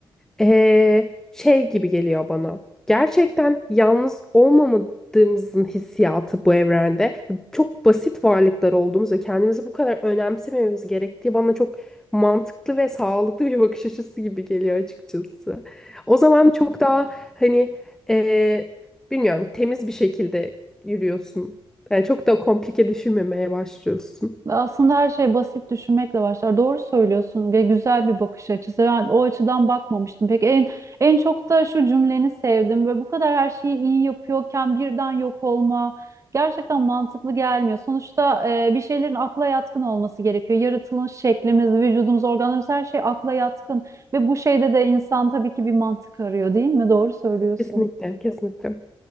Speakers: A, in the centre; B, on the right.
A: Ee, şey gibi geliyor bana. Gerçekten yalnız olmamadığımızın hissiyatı bu evrende. Çok basit varlıklar olduğumuz ve kendimizi bu kadar önemsememiz gerektiği bana çok mantıklı ve sağlıklı bir bakış açısı gibi geliyor açıkçası. O zaman çok daha hani ee, bilmiyorum temiz bir şekilde yürüyorsun. Yani çok da komplike düşünmemeye başlıyorsun.
B: Aslında her şey basit düşünmekle başlar. Doğru söylüyorsun ve güzel bir bakış açısı. Ben o açıdan bakmamıştım. Peki en en çok da şu cümleni sevdim. Böyle bu kadar her şeyi iyi yapıyorken birden yok olma gerçekten mantıklı gelmiyor. Sonuçta e, bir şeylerin akla yatkın olması gerekiyor. Yaratılış şeklimiz, vücudumuz, organlarımız her şey akla yatkın ve bu şeyde de insan tabii ki bir mantık arıyor, değil mi? Doğru söylüyorsun.
A: Kesinlikle, kesinlikle.